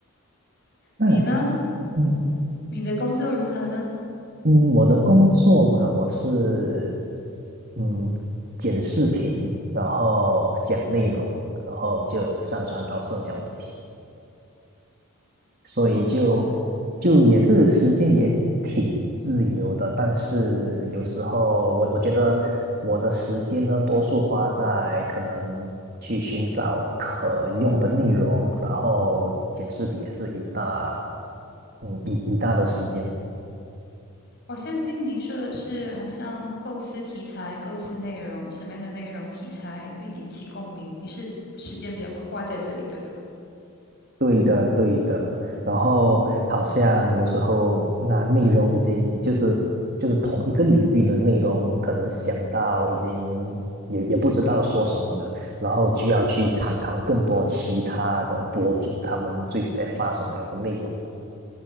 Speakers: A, on the right; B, on the left.
A: 那
B: 你呢？
A: 嗯
B: 你的工作如何呢？
A: 嗯，我的工作嘛，我是嗯剪视频，然后讲内容，然后就上传到社交媒体。所以就就也是时间也挺自由的，但是有时候我我觉得我的时间呢，多数花在可能去寻找可用的内容，然后剪视频也是一大嗯一一大的时间。
B: 我相信您说的是很像构思题材、构思内容，什么样的内容题材会引起共鸣？你是时间比较多花在这里，对吧？
A: 对的，对的。然后好像有时候那内容已经就是就是同一个领域的内容，可能想到已经也也不知道说什么了，然后就要去参考更多其他的博主他们最近在发什么样的内容了。